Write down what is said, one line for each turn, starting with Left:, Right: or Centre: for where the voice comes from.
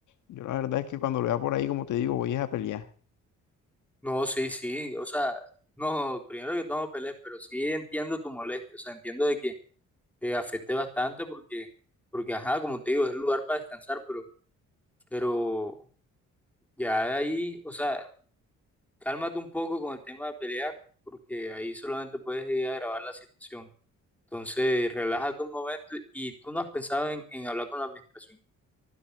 Left: yo la verdad es que cuando lo vea por ahí, como te digo, voy es a pelear.
Centre: No, sí, sí, o sea, no, primero que todo no pelees, pero sí entiendo tu molestia, o sea, entiendo de que te afecte bastante porque, porque ajá, como te digo, es el lugar para descansar, pero, pero ya de ahí, o sea, cálmate un poco con el tema de pelear, porque ahí solamente puedes ir a grabar la situación. Entonces, relájate un momento y tú no has pensado en, en hablar con la administración.